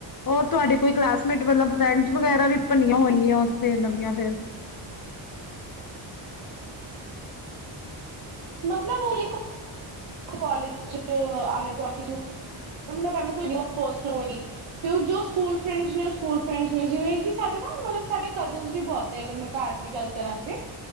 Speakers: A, on the left; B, on the right.
A: ਹੋਰ ਤੁਹਾਡੇ ਕੋਈ ਕਲਾਸਮੇਟ ਮਤਲਬ ਫਰੈਂਡਸ ਵਗੈਰਾ ਵੀ ਬਨੀਆਂ ਹੋਇਗੀਆਂ ਉੱਥੇ ਨਵੀਆਂ ਫੇਰ
B: ਮਤਲਬ ਉਹ ਲੇਕੋ ਕਾਲਜ ਆਲੇ- ਦੁਆਲੇ <unintelligible> ਜੋ ਸਕੂਲ ਫਰੈਂਡਜ ਨੇ ਓਹ ਸਕੂਲ ਫਰੈਂਡਜ ਨੇ ਜਿਵੇ ਕਿ ਸਾਡੇ ਨਾ ਮਤਲਬ ਕੀ ਸਾਡੇ ਨ ਕਜ਼ਨਸ ਵੀ ਬਹੁਤ ਨੇ ਜੇ ਮੈਂ ਘਰ ਦੀ ਗਲ ਕਰਾਂ ਆਪਣੇ